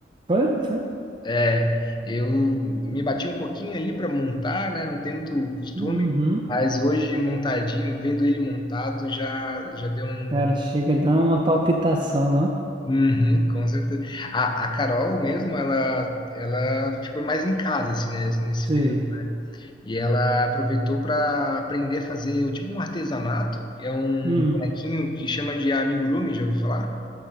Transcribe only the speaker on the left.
É, eu me bati um pouquinho ali para montar, né? Não tem muito costume,
mas hoje montadinho, vendo ele montado, já já deu um
Uhum, com certeza. A, a Carol mesmo, ela, ela ficou mais em casa, assim, né, nesse nesse
período, né? E ela aproveitou para aprender a fazer o tipo um artesanato, que é um
bonequinho que chama de amigurumi, já ouviu falar?